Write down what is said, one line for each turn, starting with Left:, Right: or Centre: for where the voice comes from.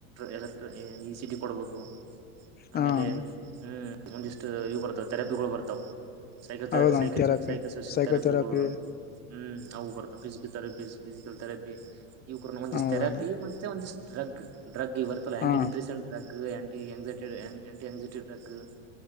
Right: electricity ಕೊಡಬೇಕು. ಆಮೇಲೆ
Left: ಹಾ ಅಣ್ಣ
Right: ಹ್ಮ್ ಒಂದಿಷ್ಟು ಇವು ಬರ್ತಾವ ಥೆರಪಿಗಳು ಬರ್ತಾವ. ಸೈಕಚಾ
Left: ಹೌದಣ್ಣ
Right: ಸೈಕಚ
Left: ಥೆರಪಿ
Right: ಸೈಕಚ ಸೋಸಿಯಲ್
Left: ಸೈಕೋಥೆರಪಿ
Right: ಥರಪಿಗಳು ಹ್ಮ್ ಅವು ಬರ್ತಾವ ಫಿಸಿಕಲ್ ಥೆರಪಿಸ. ಫಿಸಿಕಲ್ ಥೆರಪಿ ಇವು ಕೂರಂದ ಒಂದಸ್
Left: ಹೌದಣ್ಣ
Right: ಥೆರಪಿ ಮತ್ತೆಂದಸ್ ಡ್ರಗ್ ಡ್ರಗ್ಗ ಇರ್ತಲ್ಲ ಆಂಟ.
Left: ಹಾ
Right: <unintelligible>